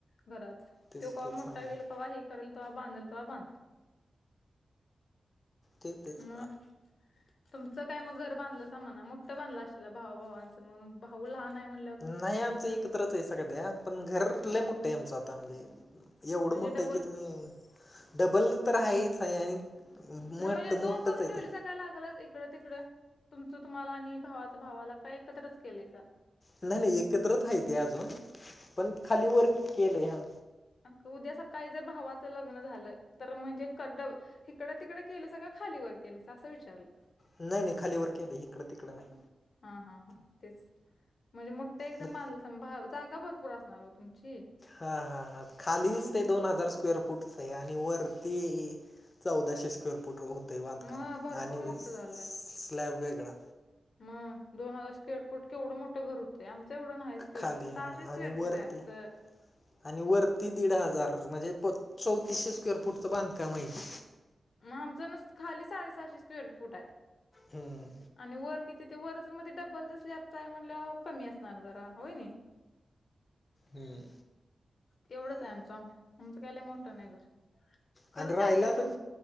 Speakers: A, on the left; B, on the left.
A: घराचा.
B: तेच
A: तो कव्हा
B: तेच
A: मोठा
B: सांग
A: होईल, कव्हा हे करेल, तेव्हा बांधेल तेव्हा बांध.
B: तेच तेच
A: मग तुमचं काय मग घर बांधलंसा म्हणा. मोठं बांधलं आसशीला भावा भावांचं मग भाऊ लहान आहे म्हणल
B: नाही आमचं एकत्रच आहे सध्या, पण घरात लई मोठे आमचं आता म्हणजे एवढं
A: म्हणजे
B: मोठं
A: डबल
B: आहे की तुम्ही डबल तर आहेच आहे आणि
A: म्हणजे
B: मोठं
A: दोन
B: मोठंच
A: करून
B: हाय
A: ठेवलीसा
B: ते.
A: काय लागलंच इकड तिकडे तुमचं तुम्हाला आणि भावाच भावाला. काय एकत्रच केलंयसा?
B: नाही नाही एकत्रच हाईत अजून, पण खाली वर केलंय हा.
A: अ उद्या सकाळी जर भावाचं लग्न झालं, तर म्हणजे कड हिकडं तिकडं केलंसा का खालीवर केलं असं विचारलं.
B: नाही नाही खालीवर केलंय. हिकडं तिकडं नाही.
A: हा, हा, हा. तेच म्हणजे मोठे एकदम
B: मग
A: बांधलसा भाव जागा भरपूर असणार ओ. तुमची
B: हा, हा, हा. खालीच
A: म्हणून
B: ते दोन हजार स्क्वेअर फूटच आहे आणि वरती चौदाशे स्क्वेअर फुट हो ते बांधकाम
A: मग भरपूर
B: आणि
A: मोठं झालं
B: स्लॅब वेगळा.
A: मग दोन हजार स्क्वेअर फूट केवढं मोठं घर हो ते आमचं एवढं नाही स्क्वेअर
B: खाली
A: फूट
B: हा
A: सहाशे स्क्वेअर
B: आणि वरती
A: बुट आहे आमचं.
B: आणि वरती दीड हजार म्हणजे प चौतीसशे स्क्वेअर फूटचं बांधकाम आहे ती.
A: मग आमचं नुसतं खाली साडेसहाशे स्क्वेअर फूट आहे.
B: हम्म.
A: आणि वर किती ते वरचमध्ये डब्बलचा स्लॅपचा आहे म्हणल्यावर कमी असणार जरा होय नाही.
B: हम्म.
A: तेवढंच आहे आमचं, आमचं काय लई मोठं घर. खरं
B: आणि राहिला
A: चार, चार रूम
B: तर